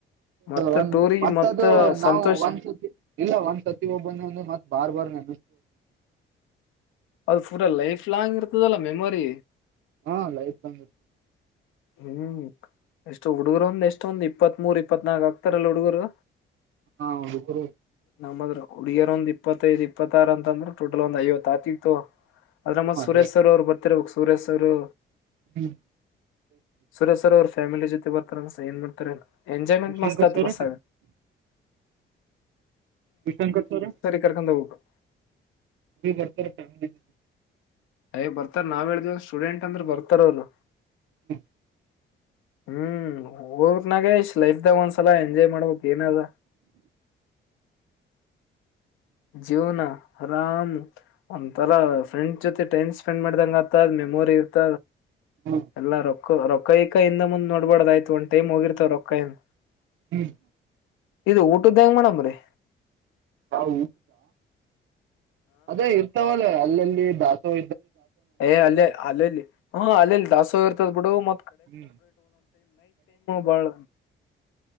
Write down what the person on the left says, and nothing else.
ಮತ್ತ
ಟೂರಿ
ಸಂತೋಷ್
ಅದು ಪೂರ ಲೈಫ್ ಲಾಂಗ್ ಇರ್ತದಲ್ಲ ಮೆಮೊರಿ
ಹ್ಮ್ ಎಷ್ಟು ಹುಡುಗರು ಒಂದ್ ಎಷ್ಟೊಂದ್ ಇಪ್ಪತ್ ಮೂರ್ ಇಪ್ಪತ್ ನಾಲ್ಕ ಆಗ್ತಾರಲ್ಲ ಹುಡುಗರು
ನಮ್ಮದ್ರ ಹುಡುಗಿಯರ ಒಂದ್ ಇಪ್ಪತ್ತೈ್ ಇಪ್ಪತ್ತಾರು ಅಂತಂದ್ರೆ ಟೋಟಲ್ ಒಂದ್ ಐವತ್ತು ಆತಿ ಇತ್ತು ಅದ್ರಮ್ಮತ್
ಸುರೇಶ್ ಅವರ್ ಅವ್ರು ಬರ್ತಿರ್ ಸುರೇಶ್ ಅವರು
ಸುರೇಶ್ ಸರ್ ಅವ್ರ ಫ್ಯಾಮಿಲಿ ಜೊತೆ ಬರ್ತಾರಸ ಏನ್ ಮಾಡ್ತಾರೆಲ್ಲ. ಎಂಜಾಯಮೆಂಟ್
ಮಸ್ತ ಆತ್
ಬಸ.
ಕರ್ಕೊಂಡ್ ಹೋಗ್ಬೇಕು
ಅಯ ಬರ್ತಾರ ನಾವ್ ಹೇಳ್ದೇವ ಸ್ಟೂಡೆಂಟ್ ಅಂದ್ರ ಬರ್ತಾರ ಅವರು.
ಹ್ಮ್ ನಾಗೇಶ. ಲೈಫ್ ದ ಒಂದ್ಸಲ ಎಂಜಾಯ್ ಮಾಡ್ಬೇಕಕ್ ಏನ ಅದ. ಜೀವನಾ ಆರಾಮ್ ಒ್ಥರಾ ಫ್ರೆಂಡ್ಸ್ ಜೊತೆ ಟೈಮ್ ಸ್ಪೆಂಡ್ ಮಾಡ್ದಂಗ ಆತ ಆದ್ಮೇ. ರಿ ಇರ್ತ
ಎಲ್ಲ ರೊಕ್ಕ ರೊ. ಕೈ ಕೈಯಿಂದ ಮುಂದ್ ನೋಡ್ಬಾರ್ದಯ್ತು ಒಂದ ಟೈಮ್ ಹೋಗಿರ್ತವ ರೊಕ್ಕಾಯನ್.
ಇದು ಊಟದ್ದ ಹೆಂಗ ಮಾಡೇಡಮ್ರೀ.
ಏ್ ಅಲ್ಲೇ ಅಲ್ಲಲ್ಲಿ ಹ ಅಲ್ಲೆಲ್ಲಿ ದಾಸೋ ಇರ್ತದ್ ಬಿಡು ಮ.
ಬಾಳ